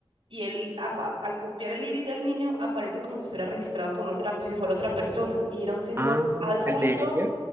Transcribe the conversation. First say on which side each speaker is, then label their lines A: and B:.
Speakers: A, on the right; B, on the right.
A: Y él, a- a- al copiar el iris del niño, aparece como si estuviera registrado con otra, si fuera otra persona. Y era un señor
B: Ah,
A: adulto
B: ¿el de ella?